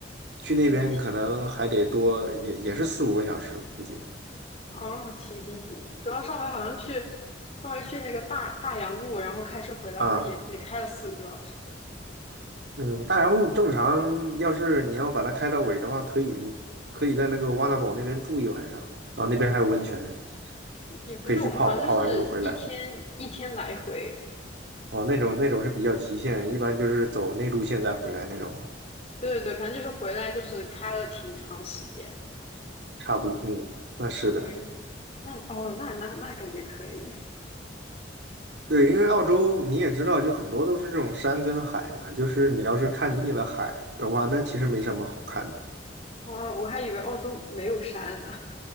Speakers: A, on the right (about 70°); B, on the left (about 35°).
A: 去那边可能还得多，
B: 嗯行。
A: 也也是四五个小时，我估计
B: 哦，行行行，主要上回好像去，上回去那个大大洋路，然后开车回来，
A: 啊。
B: 好像也也开了四个多小时，
A: 嗯，大洋路正常，要是你要把它开到尾的话，可以，你可以在那个瓦纳堡那边住一晚上，然后那边还有温泉。
B: 也不是我们好像就是一天一天来回，
A: 可以去泡，泡完之后回来。哦，那种那种是比较极限，一般就是走内陆线再回来那种，
B: 对对对，反正就是回来就是开了挺长时间。
A: 差不多。嗯，那是的，
B: 对，那哦，那那那感觉可以，
A: 对，因为澳洲你也知道，就很多都是这种山跟海嘛，就是你要是看腻了海的话，那其实没什么好看的。
B: 我我还以为澳洲没有山呢，